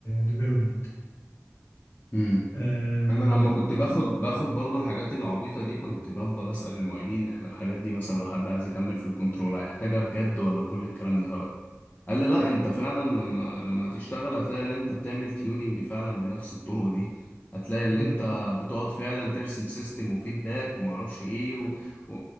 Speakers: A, on the left; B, on the left.
A: ديفلوبمنت
B: امم
A: اه
B: انا لما كنت باخد باخد برضو الحاجات العبيطه دي كنت بفضل اسال المعيدين احنا الحاجات دي مثلا لو حد عايز يكمل في الكنترول هيحتاجها بجد ولا كل الكلام ده هبل قال لي لا انت فعلا لما لما تشتغل هتلاقي ان انت بتعمل تيوننج فعلا بنفس الطرق دي هتلاقي ان
A: ب...
B: انت بتقعد فعلا ترسم سيستم وفيدباك ومعرفش ايه و... و...